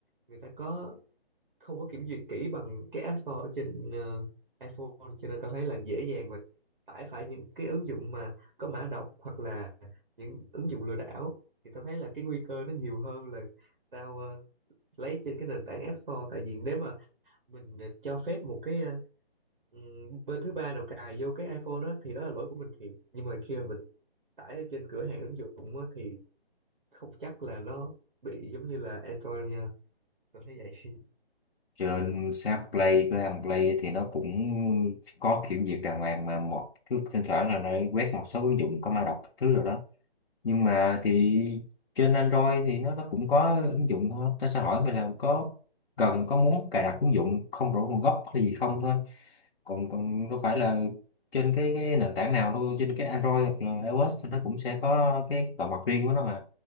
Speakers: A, on the right; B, on the left.
A: người ta có không có kiểm duyệt kỹ bằng cái App Store ở trên ờ, iPhone cho nên tao thấy là dễ dàng mà tải phải những cái ứng dụng mà có mã độc hoặc là những ứng dụng lừa đảo thì tao thấy là cái nguy cơ nó nhiều hơn là tao ờ, lấy trên cái nền tảng App Store tại vì nếu mà mình ờ, cho phép một cái ờ, ừm, bên thứ ba nào cài vô cái iPhone đó thì đó là lỗi của mình thiệt nhưng mà khi mà mình tải ở trên cửa hàng ứng dụng á, thì không chắc là nó bị giống như là Android đâu nha tôi thấy vậy <laughs>
B: trên sáp play cửa hàng play ấy thì nó cũng có kiểm duyệt đàng hoàng mà một cứ thỉnh thoảng là nó quét một số ứng dụng có mã độc các thứ rồi đó nhưng mà thì trên Android thì nó nó cũng có ứng dụng thôi nó sẽ hỏi mình là có cần có muốn cài đặt ứng dụng không rõ nguồn gốc hay gì không thôi còn còn đâu phải là trên cái cái nền tảng nào đâu trên cái Android hoặc là iOS thì nó cũng sẽ có cái bảo mật riêng của nó mà